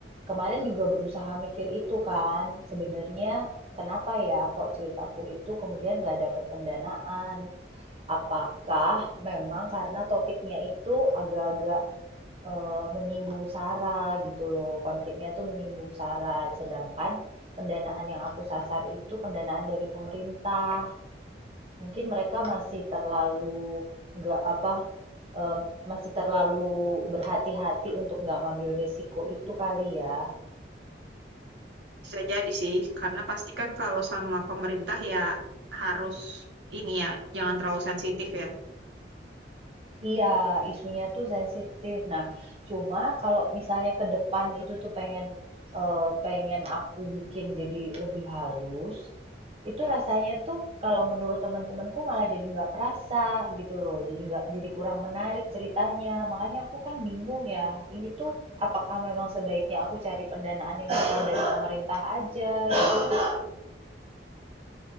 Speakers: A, on the right; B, on the right.
A: kemarin juga berusaha mikir itu kan, sebenarnya kenapa ya kok ceritaku itu kemudian nggak dapat pendanaan? Apakah memang karena topiknya itu agak-agak eh, menyinggung SARA gitu loh, konfliknya tuh menyinggung SARA, sedangkan pendanaan yang aku sasar itu pendanaan dari pemerintah mungkin mereka masih terlalu nggak apa em, masih terlalu berhati-hati untuk nggak ngambil risiko itu kali ya
B: Bisa jadi sih, karena pasti kan kalau sama pemerintah ya harus ini ya, jangan terlalu sensitif ya.
A: Iya, isunya tuh sensitif. Nah, cuma kalau misalnya ke depan itu tuh pengen eh, pengen aku bikin jadi lebih halus, itu rasanya tuh kalau menurut teman-temanku malah jadi nggak kerasa gitu loh. Jadi nggak jadi kurang menarik ceritanya. Makanya aku kan bingung ya. Ini tuh apakah memang sebaiknya aku cari pendanaan yang datang dari pemerintah aja gitu.